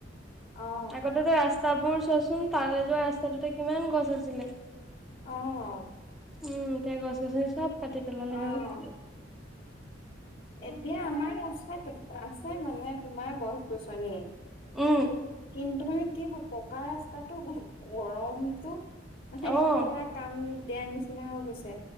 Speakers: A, on the left; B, in the centre.
A: অ
B: আগতে যে ৰাস্তাবোৰ। চোন তাৰে যোৱা ৰাস্তাটোতে কিমান গছ আছিলে।
A: অহ,
B: উম, এতিয়া গছ গছনি চব কাটি পেলালে
A: অ
B: আৰু।
A: এতিয়া আমাৰ ৰাস্তাত আছে মানে তোমাৰ গছ-গছনি।
B: উম,
A: কিন্তু মানে কি হয় পকা ৰাস্তাটো গৰমতটো। মানে
B: অ'।
A: সেয়া কাম নি দিয়া নিচিনা হৈ গৈছে।